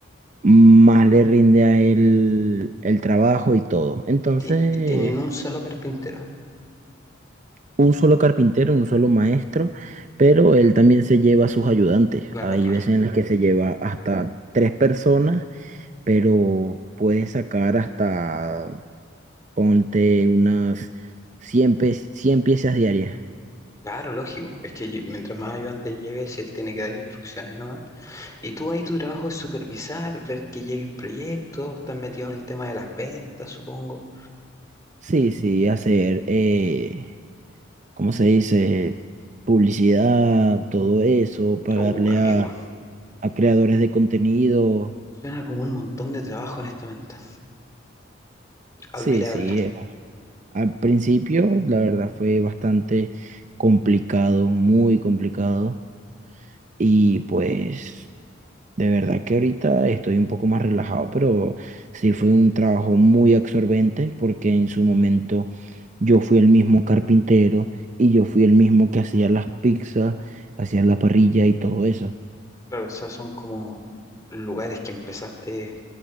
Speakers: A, on the right; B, on the left.
A: más le rinde a él el trabajo y todo. Entonces,
B: Y, ti- y tienen un solo carpintero.
A: un solo carpintero, un solo maestro, pero él también se lleva a sus ayudantes.
B: Claro,
A: Hay
B: claro.
A: veces en las que se lleva hasta tres personas, pero puede sacar hasta Ponte unas cien pe- 100 piezas diarias.
B: Claro, lógico. Es que lle- mientras más ayudantes lleves, si él tiene que dar instrucciones nomás. Y tú ahí tu trabajo es supervisar, ver que lleguen proyectos, estás metido en el tema de las ventas, supongo.
A: Sí, sí, hacer, eh, ¿cómo se dice? Publicidad, todo eso, pagarle
B: Uh, amigo.
A: a, a creadores de contenido.
B: Suena como un montón de trabajo, honestamente.
A: Sí,
B: Admirable.
A: sí. eh, Al principio, la verdad, fue bastante complicado, muy complicado. Y pues... De verdad que ahorita estoy un poco más relajado, pero sí fue un trabajo muy absorbente porque en su momento yo fui el mismo carpintero y yo fui el mismo que hacía las pizzas, hacía la parrilla y todo eso.
B: Claro, o sea, son como lugares que empezaste